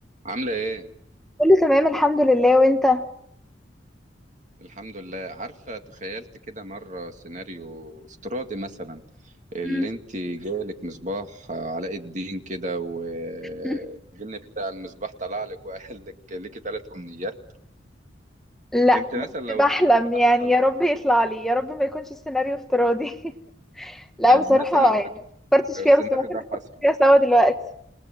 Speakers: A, on the right; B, in the centre.
A: عاملة ايه؟
B: كله تمام الحمد لله وانت
A: الحمد لله عارفة تخيلت كده مرة سيناريو افتراضي مثلا اللي
B: مم.
A: انت جالك مصباح علاء الدين كده والجن
B: مم.
A: بتاع المصباح طلع لك وقال لك ليكي ثلاث امنيات
B: لا
A: انت مثلا
B: بس
A: لو
B: بحلم
A: الموضوع
B: يعني
A: ده حصل
B: يا
A: لك
B: رب يطلع لي يا رب ما يكونش السيناريو افتراضي <laughs> لا
A: ده
B: بصراحة
A: مثلا
B: يعني ما فكرتش
A: لو
B: فيها
A: السيناريو
B: بس ممكن
A: ده
B: نفكر
A: حصل
B: فيها سوا دلوقتي